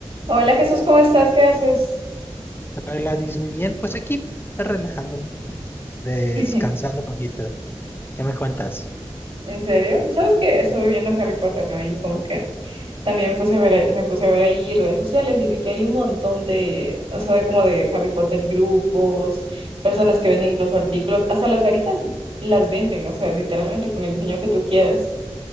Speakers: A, on the right (about 70°); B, on the left (about 20°).
A: Hola Jesús, ¿cómo estás? ¿Qué haces?
B: Gladys, muy bien. Pues aquí relajándome, descansando
A: <laughs>
B: un poquito. ¿Qué me cuentas?
A: ¿En serio? ¿Sabes qué? Estuve viendo Harry Potter, ¿no? Y como que también puse a ver, ahí- me puse a ver ahí redes sociales y vi que hay un montón de, o sea, de como de Harry Potter grupos, personas que venden incluso artículos, hasta las varitas las venden, o sea, literalmente con el diseño que tú quieras.